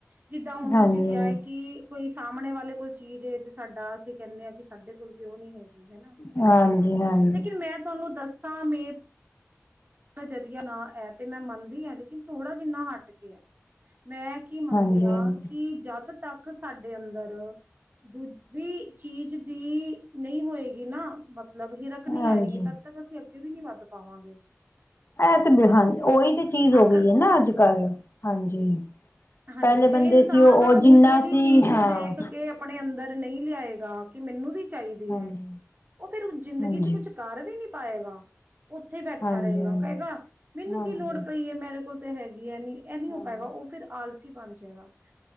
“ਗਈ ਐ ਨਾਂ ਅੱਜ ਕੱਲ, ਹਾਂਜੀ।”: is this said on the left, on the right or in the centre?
Left